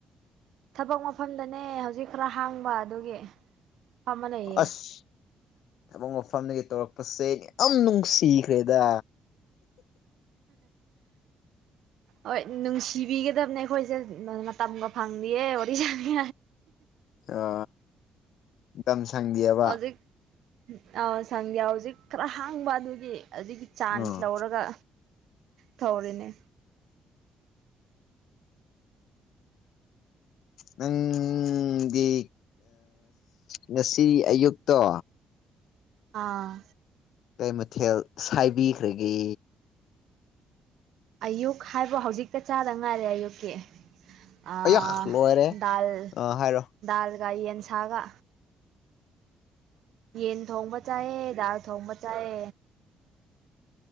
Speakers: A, on the right (about 75°); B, on the left (about 75°).
A: ꯊꯕꯛ ꯃꯐꯝꯗꯅꯦ ꯍꯧꯖꯤꯛ ꯈꯔ ꯍꯥꯡꯕ ꯑꯗꯨꯒꯤ ꯐ ꯑꯃ ꯂꯩꯌꯦ
B: ꯑꯁ ꯊꯕꯛ ꯃꯐꯝꯗꯒꯤ ꯇꯧꯔꯛꯄꯁꯦ ꯌꯥꯝ ꯅꯨꯡꯁꯤꯈ꯭ꯔꯦꯗ
A: ꯍꯣꯏ ꯅꯨꯡꯁꯤꯕꯤꯒꯗꯕꯅꯦ ꯑꯩꯈꯣꯏꯁꯦ ꯃꯇꯝꯒ ꯐꯪꯗꯌꯦꯦ ꯋꯥꯔꯤ ꯆꯅꯤ
B: ꯑ ꯅꯤꯡꯇ ꯁꯪꯒꯤꯑꯕ
A: ꯍꯧꯖꯤꯛ ꯑ ꯁꯪꯗ꯭ ꯍꯧꯖꯤꯛ ꯈꯔ ꯍꯥꯡꯕ ꯑꯗꯨꯒꯤ ꯑꯗꯨꯒꯤ ꯆꯥꯟꯁ
B: ꯑꯥ
A: ꯂꯧꯔꯒ ꯊꯧꯔꯤꯅꯦ
B: ꯅꯪꯗꯤ ꯉꯁꯤ ꯑꯌꯨꯛꯇꯣ
A: ꯑꯥ
B: ꯀꯩ ꯃꯊꯦꯜ ꯁꯥꯏꯕꯤꯈ꯭ꯔꯒꯦ
A: ꯑꯌꯨꯛ ꯍꯥꯏꯕꯣ ꯍꯧꯖꯤꯛꯇ ꯆꯥꯗ ꯉꯥꯏꯔꯦ ꯑꯌꯨꯛꯀꯤ ꯑ
B: ꯑꯌꯥ ꯂꯣꯏꯔꯦ
A: ꯗꯗꯥꯥꯜ
B: ꯑꯥ ꯍꯥꯏꯔꯣ
A: ꯗꯗꯥꯥꯜ ꯀꯥꯏ ꯌꯦꯟ ꯁꯒ ꯌꯦꯟ ꯊꯣꯡꯕ ꯆꯥꯏ ꯜ ꯊꯣꯡꯕ ꯆꯥꯏ